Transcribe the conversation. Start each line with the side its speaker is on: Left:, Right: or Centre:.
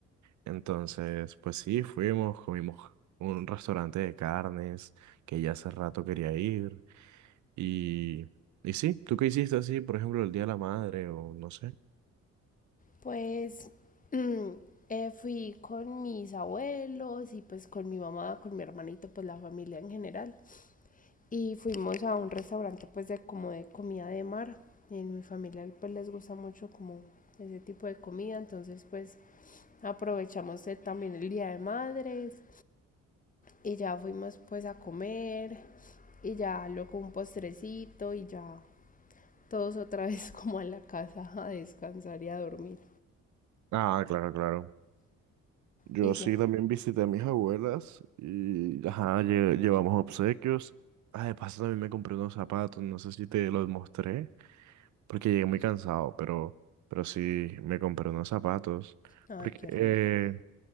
Right: Entonces, pues sí, fuimos, comimos a un restaurante de carnes que ya hace rato quería ir. Y, y sí, ¿tú qué hiciste así, por ejemplo, el Día de la Madre o no sé?
Left: Pues mm, eh, fui con mis abuelos y pues con mi mamá, con mi hermanito, pues la familia en general. Y fuimos a un restaurante pues de como de comida de mar. En mi familia pues les gusta mucho como ese tipo de comida, entonces pues aprovechamos eh, también el Día de Madres y ya fuimos pues a comer y ya luego un postrecito y ya todos otra vez <laughs> como a la casa a descansar y a dormir
Right: Ah, claro, claro. Yo
Left: y
Right: sí
Left: ya.
Right: también visité a mis abuelas y ajá, lle- llevamos obsequios. Ah, de paso también me compré unos zapatos, no sé si te los mostré, porque llegué muy cansado, pero, pero sí me compré unos zapatos.
Left: Ay,
Right: Porque,
Left: qué
Right: eh,
Left: rico.